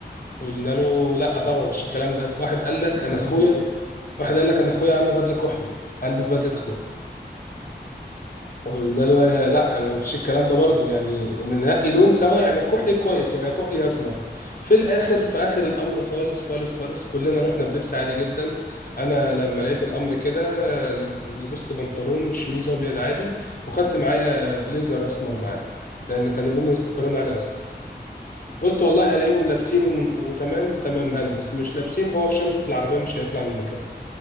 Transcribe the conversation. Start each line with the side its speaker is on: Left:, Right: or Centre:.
Left: قلنا له لا طبعا مفيش الكلام ده واحد قال لك
Centre: مش الكلام
Left: انا اخويا
Centre: ده
Left: واحد قال لك انا اخويا عنده بدله كحلي هلبس بدله اخويا قلنا له يا- لا ما فيش الكلام ده برضه يعني ان ننقي لون سوا يعني كحلي كويس يا كحلي يا اسمر في الاخر في اخر الامر خالص خالص خالص كلنا رحنا بلبس عادي جدا انا لما لقيت الامر كده آه، لبست بنطلون وشميز ابيض عادي وخدت معايا بليزر اسمر معايا لان كان اللون اللي استقرينا عليه اصلا قلت والله هلاقيهم لابسين ومن- وتمام تمام هلبس مش لابسين هو في شنطة العربية مش هيطلع من مكانه